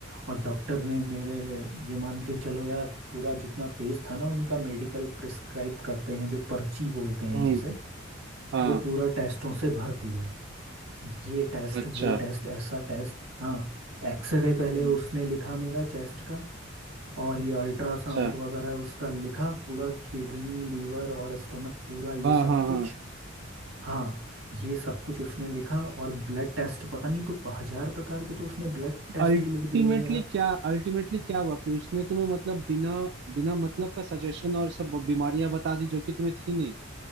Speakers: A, on the right; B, on the right.
A: और डॉक्टर ने मेरे ये मान के चलो यार पूरा जितना पेज था ना उनका मेडिकल प्रिस्क्राइब करते हैं जो पर्ची बोलते हैं
B: हम्म
A: जिसे
B: हाँ
A: वो पूरा टेस्टों से भर दिया ये टेस्ट
B: अच्छा
A: वो टेस्ट ऐसा टेस्ट हाँ एक्सरे पहले
B: हम्म
A: उसने लिखा मेरा चेस्ट का और ये अल्ट्रासाउंड
B: अच्छा
A: वगैरह उसका लिखा पूरा किडनी लीवर और स्टमक पूरा ये
B: हाँ
A: सब
B: हाँ हाँ
A: कुछ हाँ ये सब कुछ उसने लिखा और ब्लड टेस्ट पता नहीं तो हजार प्रकार के तो उसने ब्लड टेस्ट
B: अल्टीमेटली
A: ही लिख दिए यार
B: क्या अल्टीमेटली क्या हुआ कि उसने तुम्हें मतलब बिना बिना मतलब का सजेशन और सब बीमारियां बता दी जो कि तुम्हें थी नहीं